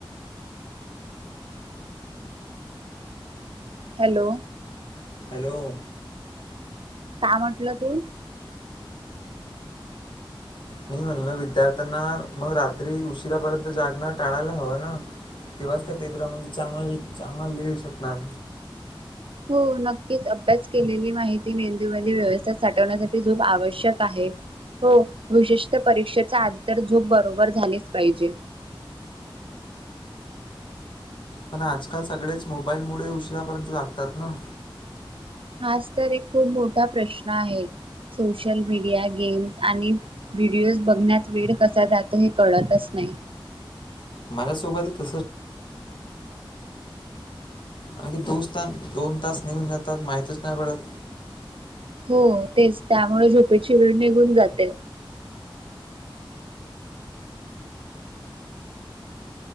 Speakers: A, on the right; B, on the left.
A: हॅलो
B: हॅलो
A: काय म्हंटलं तू
B: मी म्हणल विद्यार्थ्यांना मग रात्री उशिरापर्यंत जागणं टाळायला हवं ना तेव्हाच तर पेेपरामध्ये चांगल चांगलं लिहू शकणार
A: हो नक्कीच अभ्यास केलेली माहिती मेंदूमध्ये व्यवस्थ साठवण्यासाठी झोप आवश्यक आहे हो विशेषतः परीक्षेचा अंतर झोप बरोबर झालेच पाहिजे
B: पण आजकाल सगळेच मोबाईलमुळे उशिरापर्यंत लागतात ना
A: हाच तर एक खूप मोठा प्रश्न आहे सोशल मीडिया गेम्स आणि व्हिडिओज बघण्यात वेळ कसा जातो हे कळतच नाही
B: माझ्यासोबत आणखी दोस्थ दोन तास निघून जातात माहतीच नाही पडत
A: हो तेच त्यामुळे झोपेची वेळ निघून जाते